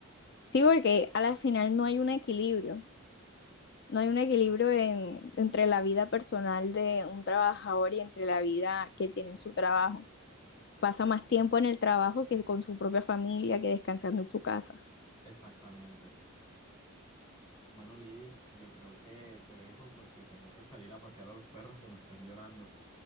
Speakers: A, on the left; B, on the left.
A: Sí, porque a la final no hay un equilibrio. No hay un equilibrio en- entre la vida personal de un trabajador y entre la vida que tiene en su trabajo. pasa
B: E-
A: más tiempo en el trabajo que con su propia familia, que descansando en su casa.
B: Exactamente. Bueno, Liz, yo creo que te dejo porque tengo que salir a pasear a los perros que me están llorando.